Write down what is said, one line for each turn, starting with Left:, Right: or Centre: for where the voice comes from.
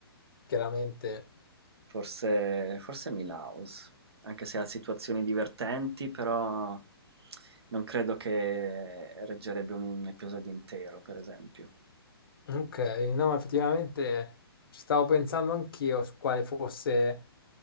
Left: chiaramente...
Right: Forse forse Milhouse, anche se ha situazioni divertenti, però non credo che reggerebbe un un episodio intero, per esempio.
Left: Ok, no, effettivamente ci stavo pensando anch'io su quale fosse